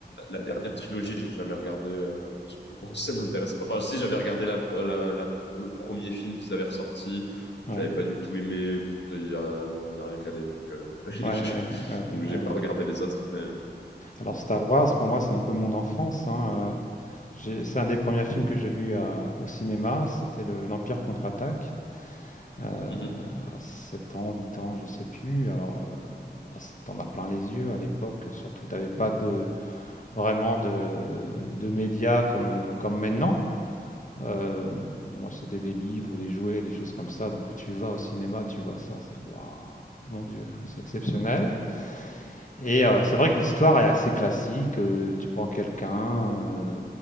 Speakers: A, on the left (about 80°); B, on the left (about 45°).
A: la dernière trilogie, j'ai jamais regardé euh, parce que bon, <laughs> ça m'intéresse pas. Enfin, si j'avais regardé la, pre- la, la pro- le premier film qu'ils avaient ressorti,
B: Ouais.
A: j'avais pas du tout aimé. Il y a, il y a rien calé, donc euh, <laughs> je-
B: Ouais, ouais, ouais, ouais, ouais,
A: donc j'ai
B: ouais,
A: pas
B: ouais.
A: regardé les autres, mais
B: Alors Star Wars, pour moi, c'est un peu mon enfance, hein, euh, j'ai- c'est un des premiers films que j'ai vu à- au cinéma. C'était le- l'Empire contre-attaque. euh,
A: Mhm.
B: à 7 ans, 8 ans, je sais plus. Alors, euh, bon, c'est- t'en as plein les yeux à l'époque. Surtout, t'avais pas de, vraiment de, de médias comme, euh, comme maintenant. Euh, moi, c'était des livres, des jouets, des choses comme ça. Donc, tu vas au cinéma, tu vois ça, c'est waouh, mon Dieu, c'est exceptionnel. Et euh, c'est vrai que l'histoire est assez classique. Euh, tu prends quelqu'un, euh,